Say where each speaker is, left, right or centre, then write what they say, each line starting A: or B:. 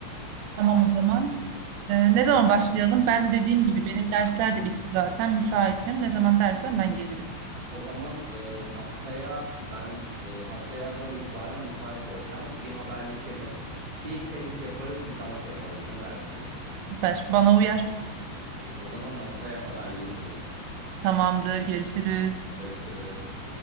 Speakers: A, on the right; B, on the right.
A: Tamam o zaman. Ee, ne zaman başlayalım? Ben dediğim gibi benim dersler de bitti zaten. Müsaitim. Ne zaman dersen ben gelirim.
B: O zaman e, haftaya ben e, haftayadan itibaren müsait olacağım. Bir haberleşelim. Bir tenis yaparız, bir dans yaparız. Ne dersin?
A: Süper. Bana uyar.
B: O zaman haftaya haberleşiriz.
A: Tamamdır. Görüşürüz.
B: Görüşürüz.